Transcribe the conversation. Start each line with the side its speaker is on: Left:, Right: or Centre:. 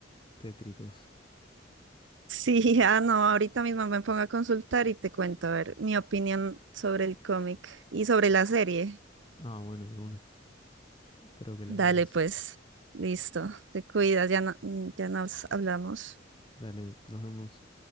Left: tétricos.
Right: Sí, <laughs> ah, no, ahorita mismo me pongo a consultar y te cuento, a ver, mi opinión sobre el cómic y sobre la serie.
Left: Ah, bueno, de una. Espero que la
Right: Dale,
Left: veas.
Right: pues, listo, te cuidas, ya no- ya nos hablamos.
Left: Dale, nos vemos.